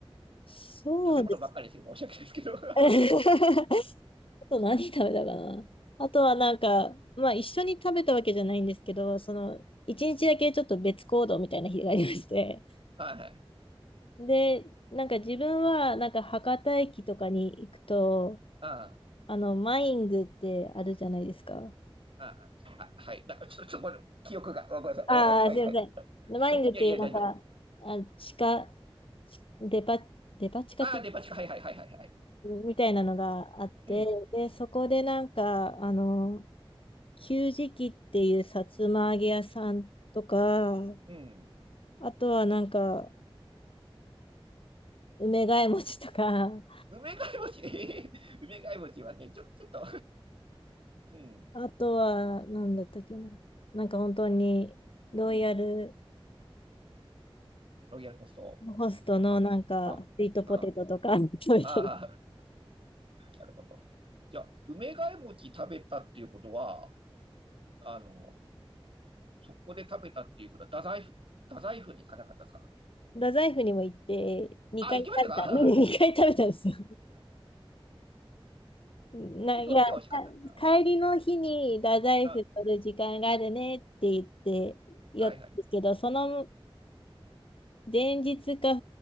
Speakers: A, on the left (about 65°); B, on the right (about 65°).
A: そうです。
B: 食べ物ばっかりですよ。申し訳ないですけど。<laughs> は
A: <laughs> と何食べたかな。あとはなんか、まあ一緒に食べたわけじゃないんですけど、その一日だけちょっと別行動みたいな日がありまして。
B: いはい。
A: で、なんか自分はなんか博多駅とかに行くと、
B: ああ、
A: あの、マイングってあるじゃないですか。
B: ああ、あはい。だちょっと、ちょ、ごめん記憶が、ごめんなさい。
A: ああ、
B: うんはい、
A: すいません。
B: はい。
A: マイングっていうなんか、
B: はい、いやいや、大丈夫。
A: あ、地下、ちデパ、デパ地下って
B: ああ、デパ地下、はいはいはいはいはい。
A: みたいなのがあって、
B: うん、
A: で、そこでなんか、あの、給食器っていうさつま揚げ屋さんとか、
B: うん。
A: あとはなんか、梅ヶ枝餅とか、
B: うん梅貝餅、<laughs> 梅貝餅はね、ちょ、ちょっと <laughs> うん、
A: あとは、なんだったっけな。なんか本当に、
B: うん。
A: ロイヤル
B: ロイヤルホスト
A: ホストのなんか、
B: かな。あ、
A: スイートポテトとか
B: あ、
A: <laughs> 食べてる。
B: ああ、なるほど。じゃあ、梅貝餅食べたっていうことは、あの、そこで食べたっていうことは、太宰府、太宰府に行かなかったですか
A: 太宰府にも行って、2回食べた、
B: あ、行きましたか
A: <laughs> 2回食べたんですよ。な、
B: <laughs> え、どっちが美味しかったですか
A: いや、た帰りの日に太宰府取る時間があるねって言って、
B: あ、
A: 寄ったんですけど、
B: はいはい。
A: その前日か
B: うん